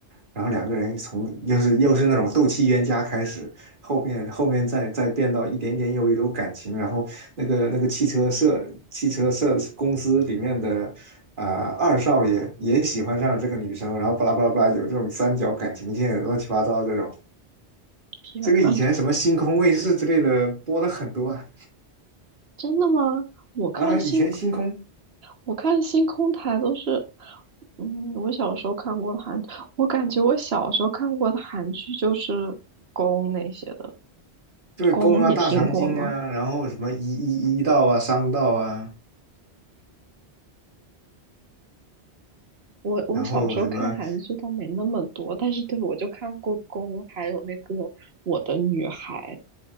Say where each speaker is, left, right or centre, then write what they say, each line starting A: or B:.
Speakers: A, on the right; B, on the right.
A: 然后两个人从又是又是那种斗气冤家开始，后面后面再再变到一点点有有感情，然后那个那个汽车社汽车社公司里面的啊、二少爷也喜欢上了这个女生，然后巴拉巴拉巴拉有这种三角感情线，乱七八糟的这种。
B: 天呐！
A: 这个以前什么星空卫视之类的播的很多啊，
B: 真的吗？我看星，
A: 啊以前星空
B: 我看星空台都是，嗯，我小时候看过的韩，我感觉我小时候看过的韩剧就是宫那些的。
A: 就是宫啊、
B: 宫你听过吗？
A: 大长今啊，然后什么一一一道啊、商道啊，
B: 我我小时候看韩剧倒没那么多，
A: 然后什么
B: 但是对我就看过宫，还有那个我的女孩。